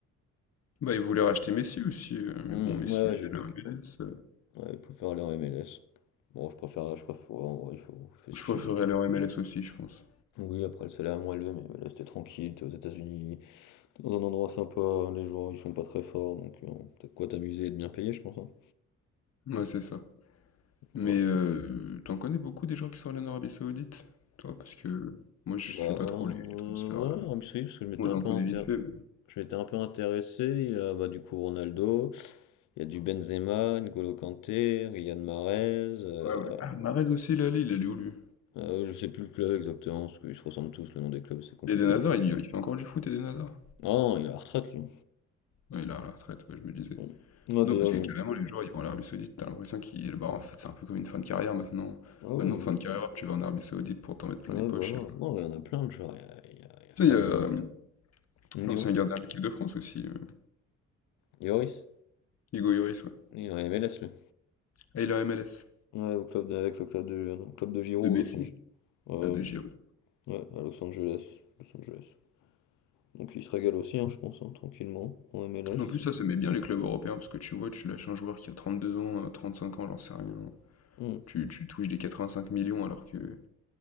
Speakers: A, on the left (about 55°); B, on the left (about 80°).
A: Bah, ils voulaient racheter Messi aussi, heu, mais
B: Hmm,
A: bon, Messi,
B: ouais,
A: il
B: ouais, j'ai
A: est
B: vu
A: allé en
B: que,
A: MLS,
B: bon,
A: heu,
B: ouais, ils préfèrent aller en MLS. Bon, je préfère, je préfère, ouais, en vrai, il faut, il fait
A: je
B: ce qu'il
A: préférerais
B: veut.
A: aller en MLS aussi, je pense.
B: Oui, après le salaire est moins élevé, mais là c'était tranquille, t'es aux États-Unis, t'es dans un endroit sympa, les joueurs ils sont pas très forts, donc euh, t'as de quoi t'amuser et de bien payer, je pense. hein.
A: Ouais, c'est ça. Mais
B: Ouais.
A: heu, tu en connais beaucoup des gens qui sont allés en Arabie Saoudite, toi? Parce que moi, je
B: Bah
A: suis pas
B: euh,
A: trop les les transferts,
B: ouais,
A: heu,
B: Arabie Saoudite, parce que je m'étais
A: moi,
B: un
A: j'en
B: peu
A: connais
B: inter...
A: vite fait, mais
B: je m'étais un peu intéressé, il y a, bah, du coup Ronaldo, il y a du Benzema, N'Golo Kanté, Riyad Mahrez, euh,
A: ouais, ouais. Ah, Mahrez aussi, là, il est allé où, lui?
B: euh, je sais plus le club exactement, parce qu'ils se ressemblent tous, le nom des clubs c'est compliqué
A: Eden Hazard,
B: après.
A: il y il fait encore du foot, Eden Hazard?
B: Ah non, il est à la retraite lui.
A: non il est à la retraite, ouais, je me disais.
B: Mm. Ah
A: Non,
B: d'ailleurs
A: parce que
B: j'ai
A: carrément,
B: une...
A: les joueurs, ils vont en Arabie Saoudite, t'as l'impression qu'ils bah, en fait, c'est un peu comme une fin de carrière maintenant.
B: Ah oui,
A: Maintenant, fin de carrière, hop, tu vas en Arabie Saoudite pour t'en mettre plein
B: ouais,
A: les poches
B: voilà.
A: et voilà.
B: Non, il y en a plein de joueurs. Il y a, il y a- il y a
A: Tu
B: Fabinho,
A: sais, il y a, hem,
B: Mmh,
A: L'ancien
B: dis-moi.
A: gardien de l'équipe de France aussi, euh,
B: Yoris?
A: Hugo Lloris, ouais.
B: Il est en MLS, lui.
A: Ah il est en MLS.
B: Ouais, au club de, avec le club de, non, club de Giro,
A: De Messi.
B: Los Angeles. Euh,
A: Ah, de Giroud.
B: ouais, à Los Angeles. Los Angeles. Donc il se régale aussi, hein, je pense, hein, tranquillement, en MLS.
A: Mais En plus, ça,
B: il fait-
A: ça met bien les clubs européens, parce que tu vois, tu lâches un joueur qui a 32 ans, euh, 35 ans, j'en sais rien.
B: Hmm,
A: Tu, tu touches des 85 millions, alors que,